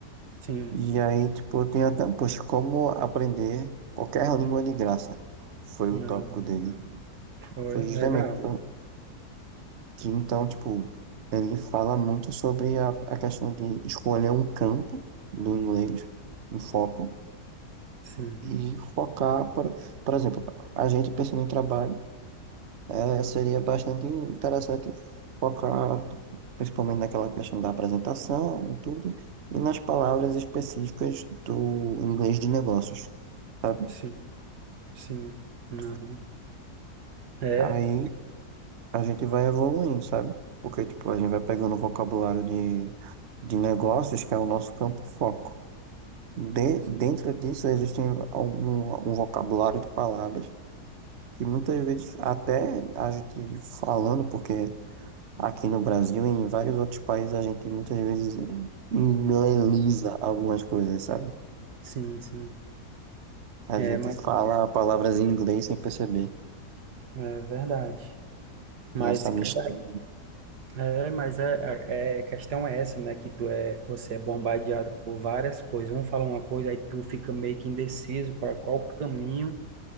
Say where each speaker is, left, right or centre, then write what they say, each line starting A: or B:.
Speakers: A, on the right (about 80°); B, on the right (about 50°).
A: Sim.
B: E aí, tipo, eu tenho até um post, como aprender qualquer língua de graça. Foi o
A: Ah,
B: tópico dele.
A: foi.
B: Foi
A: Legal.
B: justamente que, eu- que, então, tipo, ele fala muito sobre a, a questão de escolher um campo do inglês, um foco,
A: Sim.
B: e focar, por, por exemplo, a gente pensando em trabalho. É, seria bastante interessante focar principalmente naquela questão da apresentação e tudo, e nas palavras específicas do inglês de negócios, sabe?
A: Sim, sim. Uhum. É,
B: Aí a gente vai evoluindo, sabe? Porque, tipo, a gente vai pegando o vocabulário de, de negócios, que é o nosso campo foco. De,
A: Sim,
B: dentro disso, existem algum, um vocabulário de palavras que muitas vezes até a gente falando, porque Aqui no Brasil e em vários outros países a gente muitas vezes inglesa algumas coisas, sabe?
A: sim. sim.
B: A
A: É,
B: gente
A: mas,
B: fala palavras em inglês sem perceber.
A: é verdade. Mas,
B: E essa
A: cara,
B: mistura
A: é, mas é, é, a questão é essa, né? Que tu é, você é bombardeado por várias coisas. Um fala uma coisa, aí tu fica meio que indeciso para qual caminho